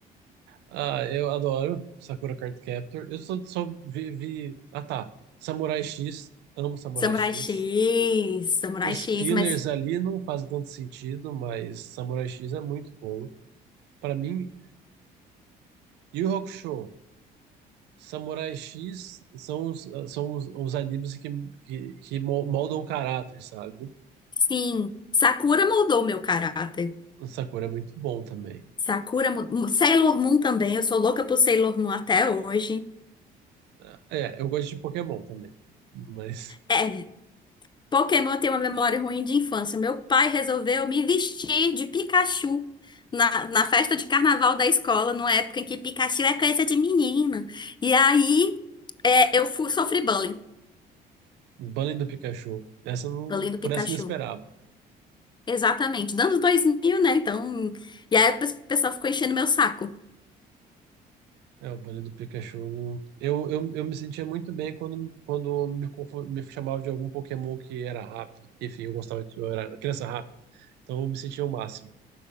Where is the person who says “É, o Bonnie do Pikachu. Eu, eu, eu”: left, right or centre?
Right